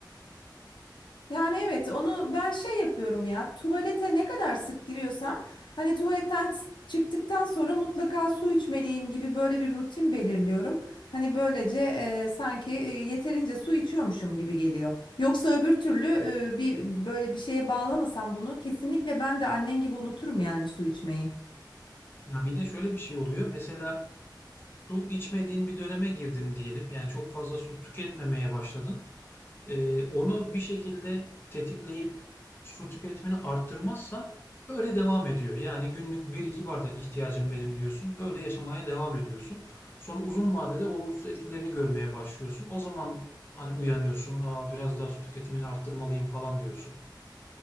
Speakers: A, on the left; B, on the left.
A: Yani evet onu ben şey yapıyorum ya tuvalete ne kadar sık giriyorsam hani tuvaletten s- çıktıktan sonra mutlaka su içmeliyim gibi böyle bir rutin belirliyorum. Hani böylece e, sanki e, yeterince su içiyormuşum gibi geliyor. Yoksa öbür türlü e, bir böyle bir şeye bağlamasam bunu kesinlikle ben de annen gibi unuturum yani su içmeyi.
B: Ya bir de şöyle bir şey oluyor. Mesela su içmediğin bir döneme girdin diyelim. Yani çok fazla su tüketmemeye başladın. Eee, onu bir şekilde tetikleyip su tüketimini arttırmazsan öyle devam ediyor. Yani günlük bir iki bardak ihtiyacım benim diyorsun. Öyle yaşamaya devam ediyorsun. Sonra uzun vadede olumsuz etkilerini görmeye başlıyorsun. O zaman hani uyanıyorsun. Aa, biraz daha su tüketimini arttırmalıyım falan diyorsun.